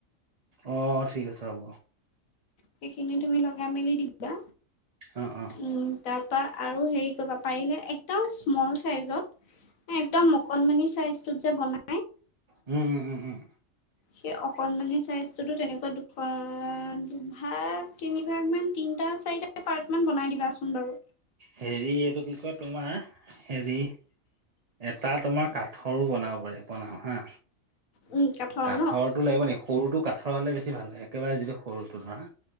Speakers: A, on the right; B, on the left.
A: অ' ঠিক আছে হ'ব।
B: সেইখিনি তুমি লগাই মেলি দিবা,
A: অ অ
B: উম। তাৰ পৰা আৰু হেৰি কৰিবা পাৰিলে একদম স্মল চাইজত একদম অকণমানি চাইজতো যে বনাই।
A: উম', উম', উম', উম'।
B: সেই অকণমানি চাইজটোতো তেনেকুৱা দুখ দুভাগ তিনি ভাগমান তিনিটা চাৰিটা পাৰ্টমান বনাই দিবাচোন বাৰু।
A: হেৰি এইটো কি কয় তোমাৰ, হেৰি। এটা তোমাৰ কাঠৰো বনাব পাৰি বনাম হা।
B: উম, কাঠৰ
A: কাঠৰটো
B: ন?
A: লাগিব নেকি সৰুটো কাঠৰ হ'লে বেছি ভাল একেবাৰে যিটো সৰুটো ধৰা।